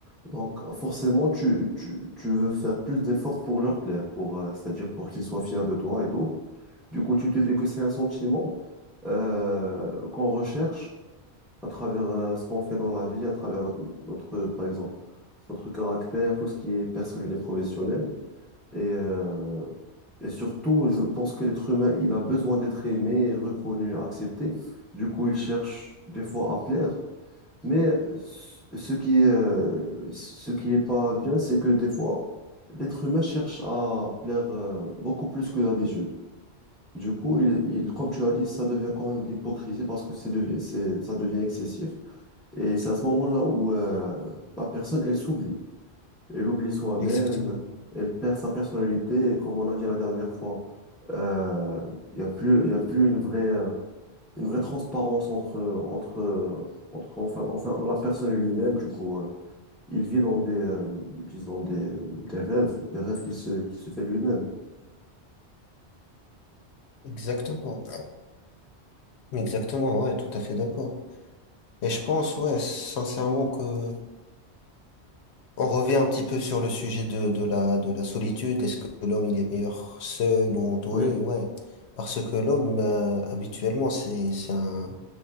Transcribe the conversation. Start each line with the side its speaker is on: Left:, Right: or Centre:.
Centre: Donc, forcément, tu, tu, tu veux faire plus d'efforts pour leur plaire, pour, euh, c'est-à-dire pour qu'ils soient fiers de toi et tout. Du coup, tu te dis que c'est un sentiment euh, qu'on recherche à travers euh, ce qu'on fait dans la vie, à travers notre, notre, par exemple, notre caractère, tout ce qui est personnel et professionnel. Et, euh, et surtout, je pense que l'être humain, il a besoin d'être aimé, reconnu, accepté. Du coup, il cherche des fois à plaire. Mais ce ce qui, euh, ce qui est pas bien, c'est que des fois, l'être humain cherche à plaire euh, beaucoup plus que d'habitude. Du coup, il, il- comme tu as dit, ça devient quand même de l'hypocrisie parce que c'est devi- c'est- ça devient excessif. Et c'est à ce moment-là où euh, la personne, elle s'oublie. Elle oublie soi-même,
Left: Exactement.
Centre: elle perd sa personnalité. Et comme on a dit la dernière fois, euh, il y a plus, il y a plus une vraie, euh, une vraie transparence entre, entre, entre enfin, enfin, la personne et lui-même. Du coup, euh, il vit dans des, euh, disons, des, euh, des rêves, des rêves qu'il se, qu'il se fait lui-même.
Left: Exactement. Exactement, ouais, tout à fait d'accord. Et je pense, ouais, sincèrement que on revient un petit peu sur le sujet de, de la, de la solitude. Est-ce que l'homme, il est meilleur seul ou entouré?
Centre: Oui,
Left: Ouais. Parce que l'homme, euh, habituellement, c'est, c'est un,